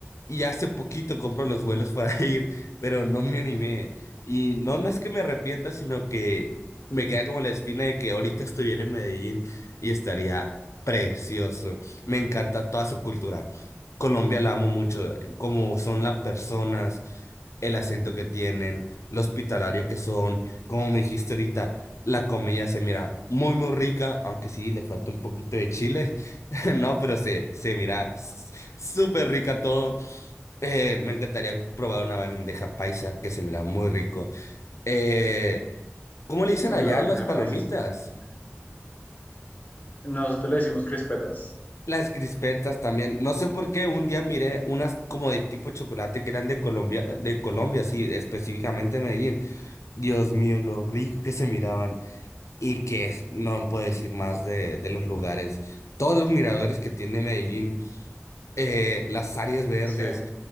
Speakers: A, on the left; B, on the left.
A: Y hace poquito compro los vuelos para <laughs> ir pero no me animé. Y no, no es que me arrepienta, sino que me queda como la espina de que ahorita estuviera en Medellín y estaría precioso. Me encanta toda su cultura. Colombia la amo mucho, como son las personas, el acento que tienen, lo hospitalario que son, como me dijiste ahorita, la comida se mira muy, muy rica, aunque sí, le falta un poquito de chile, <laughs> no, pero se, se mira s- súper rica todo. Eh, me encantaría probar una bandeja paisa que se mira muy rico. Eh, ¿cómo le dicen
B: Uy,
A: allá
B: la bandeja
A: las palomitas?
B: paisa. es increíble. Nosotros le decimos crispetas.
A: Las crispetas también. No sé por qué un día miré unas como de tipo chocolate que eran de Colombia, de Colombia, sí, específicamente de Medellín. Dios mío, lo rico que se miraban y que es- no puedo decir más de, de los lugares. Todos los miradores que tiene Medellín, eh, las áreas verdes,
B: Sí,